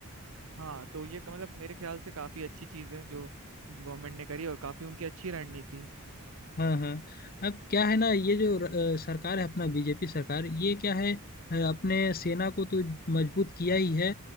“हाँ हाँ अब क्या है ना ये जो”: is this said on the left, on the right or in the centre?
Left